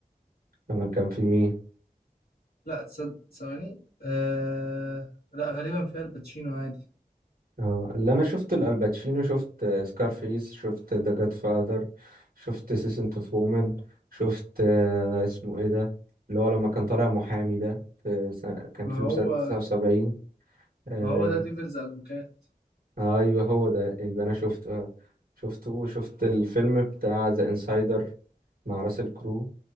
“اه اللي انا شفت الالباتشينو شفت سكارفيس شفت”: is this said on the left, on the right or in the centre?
Right